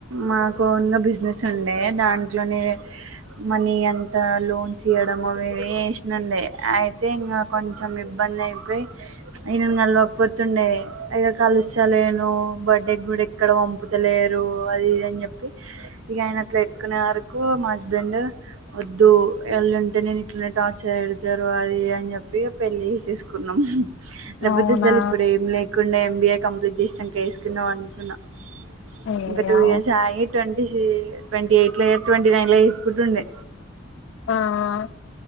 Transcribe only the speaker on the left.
అవునా
అయ్యో
ఆ ఆ.